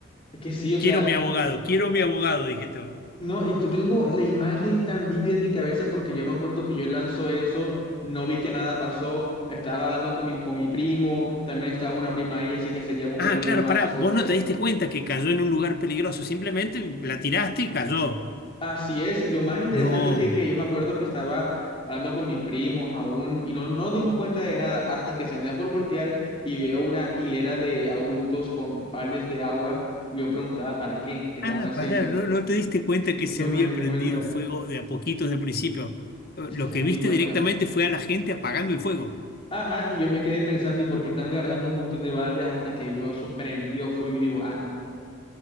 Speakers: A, on the left; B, on the left.
A: Es que sí, o sea,
B: Quiero mi abogado, quiero mi abogado, dijiste vos.
A: no, y yo tengo
B: ¿no?
A: la imagen tan vívida en mi cabeza porque yo me acuerdo que yo lanzó eso, no vi que nada pasó, estaba hablando con mi, con mi primo, también estaba una prima ahí, así que seguíamos aprendiendo
B: Ah, claro,
A: más
B: pará,
A: cosas.
B: vos no te diste cuenta que cayó en un lugar peligroso, simplemente la tiraste y cayó.
A: Así es, y lo más interesante
B: No.
A: es que, que yo me acuerdo que estaba hablando con mis primos aún y no, no nos dimos cuenta de nada hasta que se me da por voltear y veo una hilera de adultos con baldes de agua y yo preguntaba para qué, qué estaban
B: Ah,
A: haciendo.
B: pará, no, no te diste cuenta que
A: No
B: se había
A: me di
B: prendido
A: cuenta,
B: fuego de a poquitos del principio. Eh,
A: es
B: Lo
A: que no
B: que
A: me
B: viste
A: di cuenta.
B: directamente fue a la gente apagando el fuego.
A: Ajá, y yo me quedé pensando y por qué están agarrando un montón de baldes hasta que veo eso prendido fuego y digo, anda.